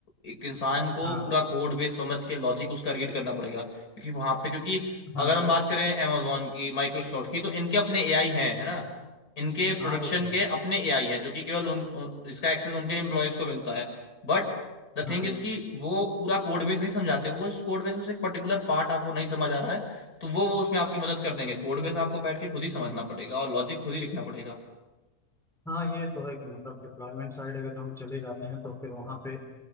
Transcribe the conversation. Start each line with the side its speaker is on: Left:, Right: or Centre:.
Left: एक इंसान को
Centre: हाँ
Left: पूरा कोड बेस समझ के लॉजिक उसका रीड करना पड़ेगा क्योंकि वहां पे क्योंकि
Centre: हाँ
Left: अगर हम बात करें amazon की माइक्रोसॉफ्ट की तो इनके अपने एआई हैं है ना इनके प्रोडक्शन
Centre: हाँ वो तो है
Left: के अपने एआई हैं जो कि केवल उन उन- इसका एक्सेस उनके एम्प्लॉयज को मिलता है बट द
Centre: हाँ
Left: थिंग इज कि वो पूरा कोड बेस नहीं समझाते वो इस कोड बेस में से एक पर्टिकुलर पार्ट आपको नहीं समझ आ रहा है तो वो वो उसमें आपकी मदद कर देंगे कोड बेस आपको बैठ के खुद ही समझना पड़ेगा और लॉजिक खुद ही लिखना पड़ेगा
Centre: हाँ ये तो है कि मतलब डिप्लॉयमेंट साइड अगर हम चले जाते हैं तो फिर वहाँ पे